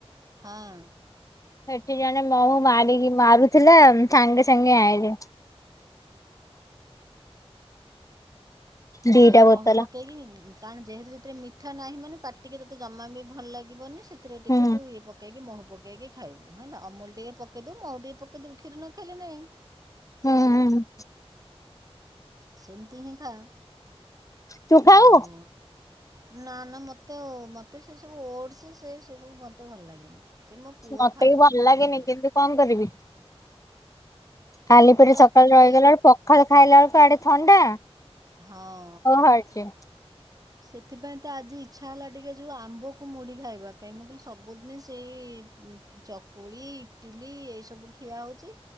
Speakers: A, on the right; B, on the left.
A: ହଁ।
B: ସେଠି ଜଣେ ମହୁ ମାରିକି ମାରୁଥିଲା ସାଙ୍ଗେ ସାଙ୍ଗେ ଆଇଲେ। ଦିଟା
A: ସେଇ
B: ବୋତଲ
A: ମହୁ ପକେଇକି କାରଣ ଯେହେତୁ ଯେଥିରେ ମିଠା ନାହିଁ ମାନେ ପାଟିକି ତତେ ଜମା ବି ଭଲ ଲାଗିବନି ସେଥିରେ ଟିକେ
B: ହୁଁ
A: ତୁ ଇଏ ପ ପକେଇକି ମହୁ ପକେଇକି ଖାଇବୁ ହେଲା ଅମୁଲୁ ଟିକେ ପକେଇେବ ମଉହୁ ଟିକେ ପକେଇେବୁ କ୍ଷୀର ନ ଖାଇଲି ନାଇଁ।
B: ହୁଁ ହୁଁ।
A: ସେମିତି ହିଁ ଖା
B: ତୁ ଖାଉ
A: ଆଉ ନା ନା ମୋତେ ମୋତେ ସେସବୁ ଓଡ଼ସ୍ ସେ ସେ ସବୁ ମୋତେ ଭଲ ଲାଗେନି। ସେ ମୋ ପୁଅ
B: ମତେ
A: ଖାଏ
B: ବି ଭଲ
A: ଛୋୁ
B: ଲାଗେନି
A: ମେଙ୍ଗ
B: କିନ୍ତୁ କଣ କରିବି। ଖାଲି ପେଟରେ
A: ମୁଁ ରାତିରେ
B: ସକାଳୁ ରହିଗଲା ବେଳେ ପଖାଳ ଖାଇଲା ବେଳକୁ ଆଡେ ଥଣ୍ଡା
A: ହଁ।
B: <unintelligible>
A: ସେଥିପାଇଁ ତ ଆଜି ଇଚ୍ଛା ହେଲା ଟିକେ ଯେଉ ଆମ୍ବକୁ ମୁଢ଼ି ଖାଇବା ପାଇଁ ମୁଁ କହିଲି ସବୁଦିନ ସେଇ ଚକୁଳି ଇଟିଲି ଏଇସବୁ ଖିଆ ହେଉଛି